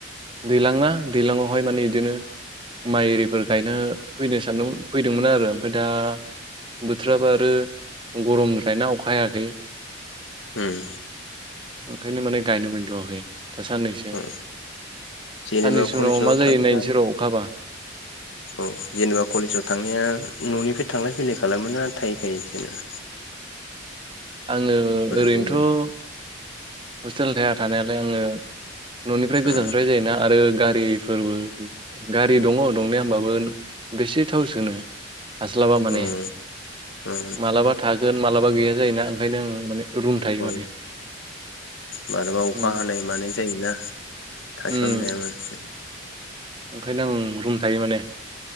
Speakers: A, on the right; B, on the left.
A: दैल्जां ना दैज्लाङावहाय माने बिदिनो माइ आरिफोर गायनो फैनो सानदों फैदोंमोन आरो ओमफ्राय दा बोथोराबा आ आरो गरमद्रायना अखा हायाखै।
B: उम।
A: ओंखायनो माने गायनो मोनथ'वाखै। दा साननैसो
B: उम जेनेबा
A: साननैसो
B: कलेजाव
A: उनाव मा जायो
B: थांनाया
A: नायसै र' अखा हाबा।
B: औ जेनेबा कलेजाव थांनाया न'निफ्राय थांलाय फैलाय खालामोना थाहैखायो जेनबा?
A: <inaudible> आङो ओरैनोथ'
B: जेनेबा
A: हस्टेल थाया थानायालाय आङो न'निफ्राय गोजानद्राय
B: ओ
A: जायोना आरो गा गारिफोरबो गारि दङ दंनाया होमबाबो बेसे थाव सोनो। बे हास्लाबा माने
B: ओ ओ
A: माबालाबा थागोन मालाबा गैया जायोना ओंखायनो आं माने रूम थायो
B: औ
A: माने।
B: मालाबा अखा
A: उम
B: हानाय मानाय जायोना थास्लाबनो
A: उम
B: हाया माने।
A: ओंखायनो आं रुम थायो माने।